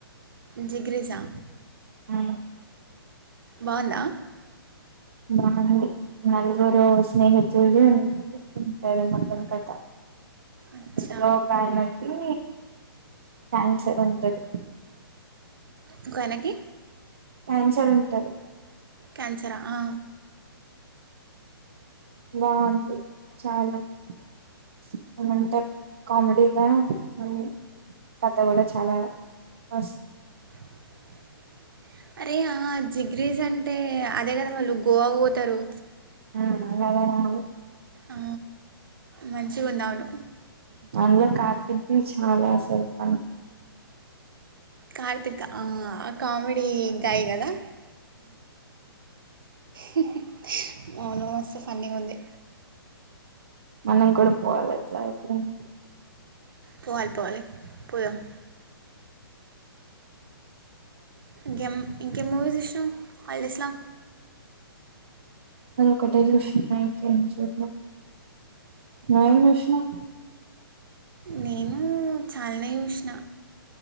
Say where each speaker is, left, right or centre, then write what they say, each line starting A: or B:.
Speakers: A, on the right; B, on the right.
A: జిగిరిసజా
B: ఆ
A: బాగుందా
B: వాణి నలుగురు స్నేహితులు ఉంటది మొత్తం కథ
A: అచ్చా
B: అందులో ఒక ఆయనకి క్యాన్సర్ ఉంటది
A: ఒక ఆయనికి
B: క్యాన్సర్ ఉంటది
A: క్యాన్సరా ఆ.
B: బాగుంది చాలా సూపర్ ఉంటది కామెడిగా మళ్ళి కథ గూడా చాలా మస్తు
A: <inaudible> అరే ఆ జిగ్రీస్ అంటే అదే గదా వాళ్ళు గోవాకు పోతారు
B: మ్ అదేముంది
A: ఆ మంచిగున్నది అవును
B: అందులో కార్తిక్ది చాలా అసలు ఫన్
A: కార్తిక్ అ కామెడీ గాయ్ గదా హ అవును మస్త్ ఫన్ని ఉంది
B: మనం గూడా పోవాలా ఇట్లా ఎప్పుడెనా
A: పోవాలే పోవాలే పోదం ఇంకేం ఇంకేం మూవీస్ చేసినవ్ హాలిడేస్లా
B: అది ఒకటే చూస్తున్నా ఇంకేం చూడలె న మీషన్
A: నేను చాలానే చూసిన